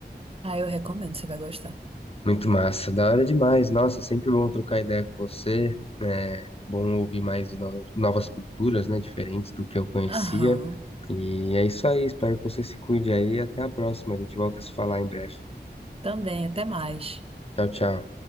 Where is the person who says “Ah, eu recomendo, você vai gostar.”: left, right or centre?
Right